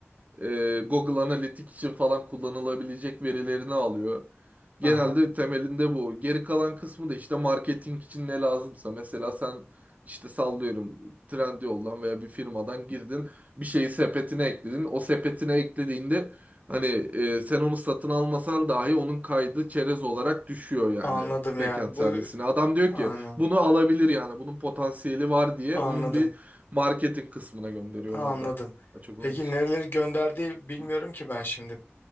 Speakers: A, on the right; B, on the left.
A: e, Google Analytics için falan kullanılabilecek verilerini alıyor.
B: Aha.
A: Genelde temelinde bu. Geri kalan kısmı da işte marketing için ne lazımsa. Mesela sen işte sallıyorum Trendyol'dan veya bir firmadan girdin bir şeyi sepetine ekledin. O sepetine eklediğinde hani e, sen onu satın almasan dahi onun kaydı çerez olarak düşüyor yani
B: Anladım
A: backend
B: ya. Bu
A: servisine. Adam diyor
B: anladım.
A: ki bunu alabilir yani bunun potansiyeli var diye
B: Anladım.
A: onun bir marketing kısmına gönderiyorlar
B: Ha, anladım.
A: da açık
B: Peki
A: onun için.
B: nereleri gönderdiği bilmiyorum
A: Hı
B: ki ben şimdi.